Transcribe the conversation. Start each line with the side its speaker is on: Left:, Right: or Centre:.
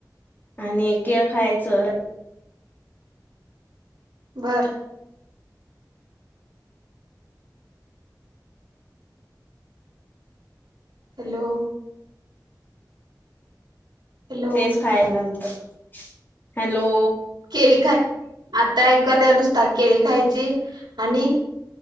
Left: आणि केळ खायचं.
Right: बर, हॅलो हॅलो
Left: तेच खाय नंतर हॅलो.
Right: केळी खाय आता ऐकू आल्या नुसता केळी खायची आणि